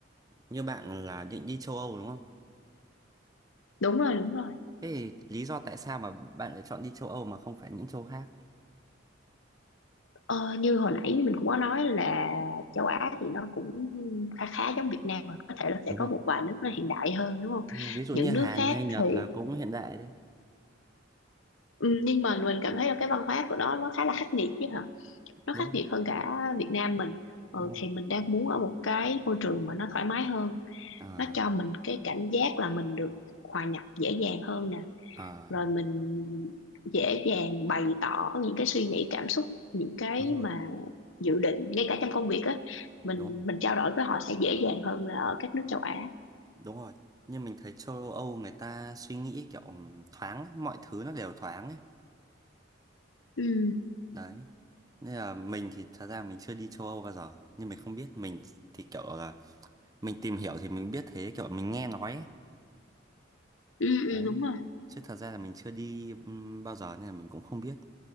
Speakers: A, on the right; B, on the left.
A: như bạn là định đi châu Âu đúng không?
B: đúng rồi đúng rồi
A: Thế thì lý do tại sao mà bạn lại chọn đi châu Âu mà không phải những châu khác?
B: Ờ, như hồi nãy mình cũng có nói là châu Á thì nó cũng khá khá giống Việt Nam mà có thể là sẽ
A: Đúng
B: có
A: rồi.
B: một vài nước nó hiện đại hơn đúng không?
A: Ừ, Ví dụ
B: Những
A: như Hàn
B: nước khác
A: hay Nhật
B: thì
A: là cũng hiện đại đấy,
B: ừ, nhưng mà mình cảm thấy là cái văn hóa của nó nó khá là khắc nghiệt chứ hả? Nó
A: đúng
B: khắc
A: không?
B: nghiệt hơn cả Việt Nam mình. Ừ,
A: Đúng không?
B: thì mình đang muốn ở một cái môi trường mà nó thoải mái hơn,
A: À,
B: nó cho mình cái cảm giác là mình được hòa nhập dễ dàng hơn nè.
A: à,
B: rồi mình dễ dàng bày tỏ những cái suy nghĩ cảm xúc những cái
A: đúng
B: mà
A: rồi,
B: dự định ngay cả trong công việc á mình
A: đúng rồi,
B: mình trao đổi với họ sẽ dễ dàng hơn là ở các nước châu Á
A: đúng rồi. Nhưng mình thấy châu Âu người ta suy nghĩ kiểu thoáng, mọi thứ nó đều thoáng ấy.
B: ừ
A: Đấy. Nên là mình thì thật ra mình chưa đi châu Âu bao giờ, nhưng mình không biết mình thì kiểu là mình tìm hiểu thì mình biết thế kiểu mình nghe nói ấy.
B: ừ ừ
A: đấy
B: đúng rồi
A: chứ thật ra là mình chưa đi ừm, bao giờ nên là mình cũng không biết